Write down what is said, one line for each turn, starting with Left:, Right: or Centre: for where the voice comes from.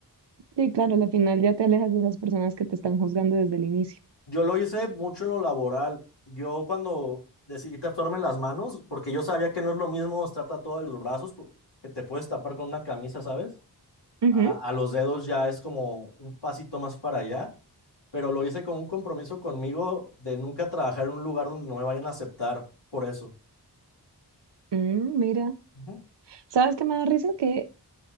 Right: Sí, claro, al final ya te alejas de esas personas que te están juzgando desde el inicio.
Left: Yo lo hice mucho en lo laboral. Yo cuando decidí tatuarme las manos, porque yo sabía que no es lo mismo estar tatuado de los brazos, por- que te puedes tapar con una camisa, ¿sabes?
Right: Ujú.
Left: A, a los dedos ya es como un pasito más para allá, pero lo hice con un compromiso conmigo de nunca trabajar en un lugar donde no me vayan a aceptar por eso.
Right: Mm, mira.
Left: Ujú.
Right: ¿Sabes qué me da risa? Que